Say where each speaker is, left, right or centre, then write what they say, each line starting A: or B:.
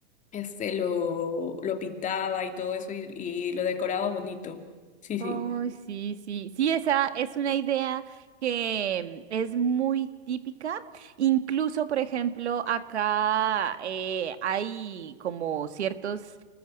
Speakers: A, on the left (about 25°); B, on the right (about 85°).
A: este lo, lo pintaba y todo eso y, y lo decoraba bonito. Sí, sí.
B: Ay, sí, sí, sí, esa es una idea que mm, es muy típica. Incluso, por ejemplo, acá eh, hay como ciertos